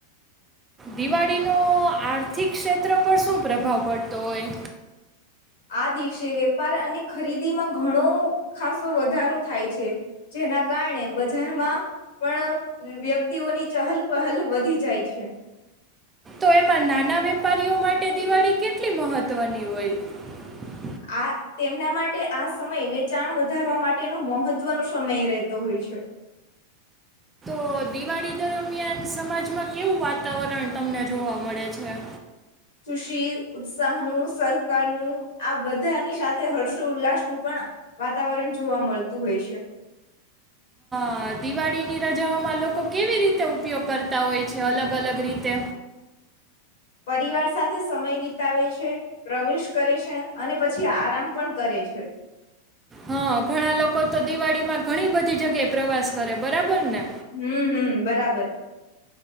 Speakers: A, on the right (about 15°); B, on the left (about 60°).
A: દિવાળીનો આર્થિક ક્ષેત્ર પર શું પ્રભાવ પડતો હોય?
B: આ દિવસે વેપાર અને ખરીદીમાં ઘણો ખાસો વધારો થાય છે જેના કારણે બજારમાં પણ વ્યક્તિઓની ચહલ પહલ વધી જાય છે.
A: તો એમાં નાના વેપારીઓ માટે દિવાળી કેટલી મહત્વની હોય?
B: આ તેમના માટે આ સમય વેચાણ વધારવા માટેનો મહત્વનો સમય રહેતો હોય છે.
A: તો દિવાળી દરમિયાન સમાજમાં કેવું વાતાવરણ તમને જોવા મળે છે?
B: ખુશી, ઉત્સાહનું, સહકારનું આ બધાની સાથે હર્ષો ઉલ્લાસનું પણ વાતાવરણ જોવા મળતું હોય છે.
A: અ દિવાળીની રજાઓમાં લોકો કેવી રીતે ઉપયોગ કરતા હોય છે અલગ અલગ રીતે?
B: પરિવાર સાથે સમય વિતાવે છે પ્રવેશ કરે છે અને પછી આરામ પણ કરે છે.
A: હા, ઘણા લોકો તો દિવાળીમાં ઘણી બધી જગ્યાએ પ્રવાસ કરે બરાબર ને?
B: હમ્મ હમ્મ બરાબર.